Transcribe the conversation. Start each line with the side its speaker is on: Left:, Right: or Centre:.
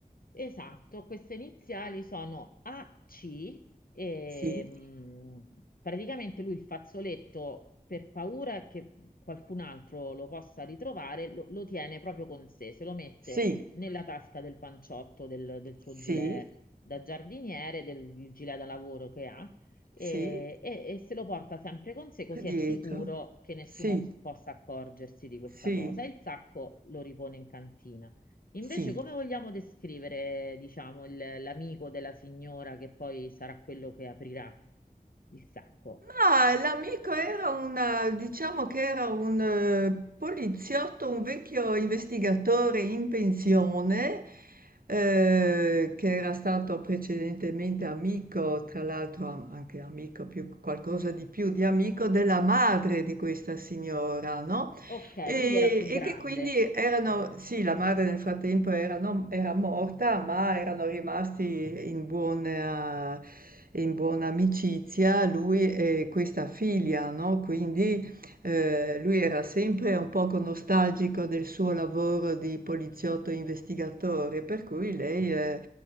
Left: Esatto, queste iniziali sono AC e
Right: Sì,
Left: mh, praticamente lui il fazzoletto per paura che qualcun altro lo possa ritrovare, lo, lo tiene proprio con sé, se lo mette
Right: sì,
Left: nella tasca del panciotto del, del suo
Right: sì,
Left: gilet da giardiniere, del il gilet da lavoro che ha e,
Right: sì,
Left: e e se lo porta sempre con sé così
Right: dietro.
Left: è sicuro che nessuno
Right: Sì,
Left: possa accorgersi di questa
Right: sì,
Left: cosa. E il sacco lo ripone in cantina. Invece,
Right: sì.
Left: come vogliamo descrivere, diciamo, il- l'amico della signora che poi sarà quello che aprirà il sacco?
Right: Ma l'amico era una, diciamo che era un eh, poliziotto, un vecchio investigatore in pensione, eh, che era stato precedentemente amico, tra l'altro am- anche amico, più, qualcosa di più di amico della madre di questa signora, no?
Left: Ok,
Right: e,
Left: quindi era più
Right: e
Left: grande.
Right: che quindi erano, sì, la madre nel frattempo erano- era morta, ma erano rimasti in buona, in buona amicizia lui e questa figlia, no? Quindi eh, lui era sempre un poco nostalgico del suo lavoro di poliziotto investigatore, per cui lei... eh,